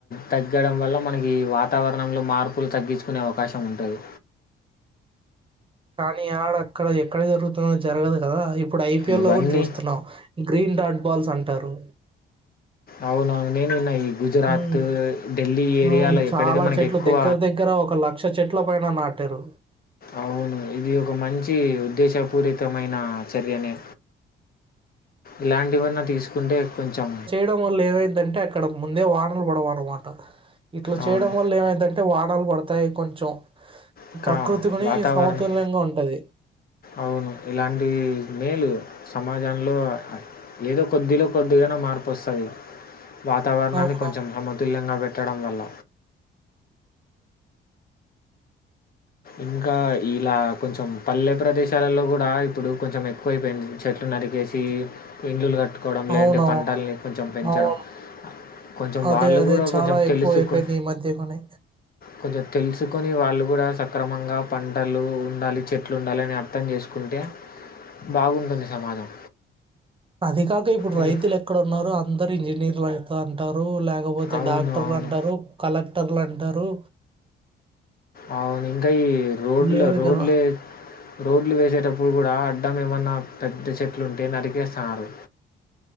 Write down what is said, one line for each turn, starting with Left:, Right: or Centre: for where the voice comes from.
Left: తగ్గడం వల్ల మనకి వాతావరణంలో మార్పులు తగ్గించుకునే అవకాశం ఉంటది
Right: కానీ ఆడ అక్కడ ఎక్కడ జరుగుతున్నో జరగదు కదాప్పు ఇప్పుడు ఐపిఎల్
Left: ఇవన్నీ
Right: లో కూడా చూస్తున్నాం గ్రీన్ డాట్ బాల్స్ అంటారు
Left: అవునవు నేనున్న ఈ గుజరాత్,
Right: హ్మ్.
Left: ఢిల్లీ ఏరియాలో
Right: హ్మ్.
Left: ఎక్కడైతే
Right: చాలా
Left: మనకి
Right: చెట్లు
Left: ఎక్కువ
Right: దగ్గర దగ్గర ఒక లక్ష చెట్లు పైన నాటారు.
Left: అవును, ఇది ఒక మంచి ఉద్దేశపూరితమైన చర్యనే ఇలాంటివన్నా తీసుకుంటే కొంచెం
Right: డం వల్ల ఏమైధ్దంటే అక్కడ ముందే వానలు పడవన్నమాట, ఇట్లా
Left: అవును
Right: చేయడం వల్ల ఏమైద్దంటే అంటే వానలు పడతాయి కొంచెం
Left: ఇంకా
Right: ప్రకృతి గునీ
Left: వాతావరణం
Right: సమతుల్యంగా ఉంటది.
Left: అవును ఇలాంటి మేలు సమాజంలో ఏదో కొద్దిలో కొద్దిగన్నా మార్పొస్తది. వాతావరణాన్ని
Right: అవును
Left: కొంచెం సమతుల్యంగా పెట్టడం వల్ల ఇంకా ఇలా కొంచెం పల్లె ప్రదేశాలలో కూడా ఇప్పుడు కొంచెం ఎక్కువైపోయింది చెట్లు నరికే వచ్చి ఇండ్లులు కట్టుకోవడం లేదంటే
Right: అవునవును
Left: పంటలని కొంచెం పెంచడం
Right: అవును
Left: కొంచెం
Right: అదే
Left: వాళ్ళు
Right: అదే
Left: కూడా
Right: చాలా
Left: కొంచెం
Right: ఎక్కువ
Left: తెలుసుకు
Right: అయిపోయింది ఈ మధ్య కొని
Left: కొంచెం తెలుసుకొని వాళ్ళు కూడా సక్రమంగా పంటలు ఉండాలి, చెట్లు ఉండాలి అని అర్థం చేసుకుంటే బాగుంటుంది సమాజం.
Right: అదీకాక ఇప్పుడు
Left: ఉమ్,
Right: రైతులు ఎక్కడున్నారు, అందరూ ఇంజనీర్లు అయితా అంటారు లే లేకపోతే
Left: అవును
Right: డాక్టర్లు
Left: అవును
Right: అంటారు, కలెక్టర్లు అంటారు.
Left: అవును ఇంకా ఈ రోడ్లు
Right: లేరు
Left: రోడ్లే
Right: కదా
Left: రోడ్లు వేసేటప్పుడు కూడా అడ్డం ఏమన్నా పెద్ద చెట్లుంటే నరికేస్తాన్నారు.